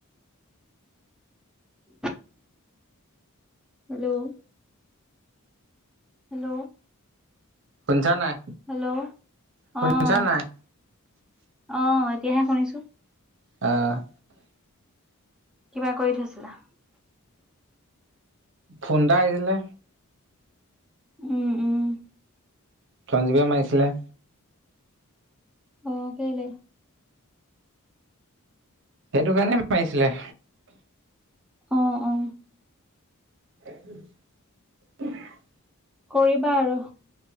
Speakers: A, in the centre; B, on the right (about 55°).
A: <unintelligible> হেল্ল'? হেল্ল'?
B: শুনিছা নাই?
A: হেল্ল'?
B: শুনিছ
A: অ'
B: নাই
A: অ'! এতিয়াহে, শুনিছোঁ।
B: অ'!
A: কিবা কৰি থৈছিলা?
B: ফোন এটা আহিছিলে।
A: উম, উম।
B: চঞ্জীৱে মাৰিছিলে।
A: অ'! কেলে?
B: সেইটো কাৰণে, মাৰিছিলে।
A: অ' অ'!
B: <unintelligible>
A: কৰিবা আৰু।